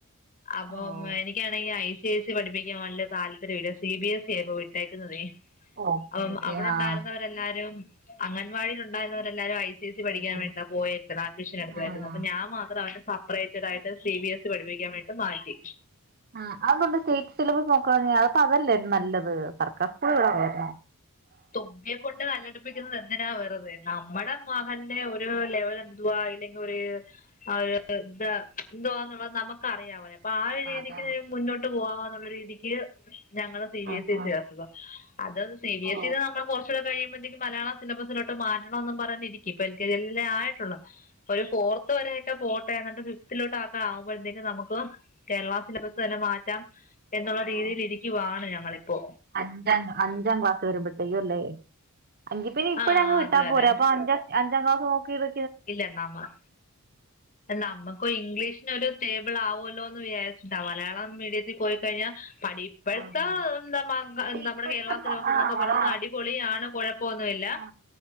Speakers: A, on the left; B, on the right.
A: അപ്പം
B: ഓ
A: എനി ക്ക്യാണെങ്കി ഐ സീ എസ്സ് പഠിപ്പിക്കാം വല്ല്യ താല്പര്യംല്ലാ സിബിഎസ്സ് ഇപ്പൊ വിട്ടേക്കുന്നതേയ്.
B: ഓക്കെ
A: അവ്
B: ഓക്കെ
A: അവടെ
B: ആഹ്
A: ഉണ്ടായിരുന്ന വരെല്ലാരും അംഗൻവാടിൽ ഉണ്ടായിരുന്ന വരെല്ലാരും ഐ സി സി പഠിക്കാൻ
B: ഓ
A: വേ <unintelligible> പോയേക്കുന്ന അഡ്മിഷൻ എടുത്തത്
B: ആഹ്
A: ആയിരുന്നു അപ്പ ഞാം മാത്രം അവരുടെ സപ്പറേറ്റ് താആയിട്ട് സി ബി എസ് പഠിപ്പിക്കാം വേണ്ടി മാറ്റി.
B: ആഹ് അഅ്‌ന്തോണ്ട് സ്റ്റേറ്റ് സിലബസ് നോക്കാഞേ അപ്പ അതല്ലേ ന്നല്ലത് സർക്കാർ സ്കൂൾ
A: ഓ,
B: <unintelligible>
A: തുമ്പിയെ കൊണ്ട് കല്ലടിപ്പിക്കുന്നത് എന്തിനാ വെറുതെ ന്നമ്മടെ മകൻന്റെ ഒരു ലെവല് ന്തുവാ ഇല്ലെങ്കി ഒരു ആഹ് ഒര് ഇത് എന്ത്വാന്നുള്ളത് ന്നമ്മക്കറിയാവൊല്ലേ അപ്പൊ ആ ഒരു രീതിക്ക്
B: അതാ
A: മുന്നോ ട്ട് പോവാന്നുള്ള രീതിക്ക് ഞങ്ങളെ സി ബി
B: ആ
A: എസ് ഇ
B: ആ
A: ചേർത്തതാ. അത് സി ബി
B: ഓ
A: എ സ്സില് ന്നമ്മലേ കൊർച്ചൂടേ കഴിയുംമ്പത്തേക്കും മലയാള സിലബസ്സിലോട്ട് മാറ്റണോന്ന് പർഞ്ഞിരി ഇപ്പൊ എൽ കെ ജി അല്ലെ ആയിട്ടുള്ളു. അപ്പൊരു ഫോർത്ത് വരെയൊക്കെ പോട്ടെ എന്നിട്ട് ഫിഫ്ത്തിലോട്ടൊക്കെ ആവുമ്പഴ്ത്തേനും നമുക്ക് കേരള സിലബസ് തന്നെ മാറ്റാം എന്നുള്ള രീതിയിൽ
B: ഓ
A: ഇരിക്കുവാണ് ഞങ്ങളിപ്പോ.
B: അഞ്ചാം അഞ്ചാം ക്ലാസ് വരുമ്പഴ്ത്തേയ്യും അല്ലേ. അങ്കി പിന്നെ ഇപ്പഴേ
A: ആ
B: അങ് വിട്ടാൻ
A: അതെ
B: പോരേ
A: അതെ
B: അപ്പൊ അഞ്ചാ അഞ്ചാം ക്ലസ് നോക്കിയിത്
A: ഇല്ല ഒന്നാമത്
B: <inaudible>
A: നമ്മുക്കു ഇംഗ്ലീഷ് നൊരു സ്റ്റേബിൾ ആവുവോല്ലോ ന്ന് വിചാരിച്ചിട്ടാ. മലയാളം മീഡിയത്തി പോയിക്കഴിഞ്ഞാ പഠി ഇപ്പഴ്ത്ത
B: ആഹാ
A: ന്ത മ എ നമ്മുടെ
B: ഇപ്പഴത്തെ
A: കേരള സിലബസ്
B: ആ
A: ന്നൊക്കെ പറഞ്ഞത്
B: അതാ
A: അടിപൊളിയാണ് കുഴ പ്പൊ ഒന്നില്ല
B: ആ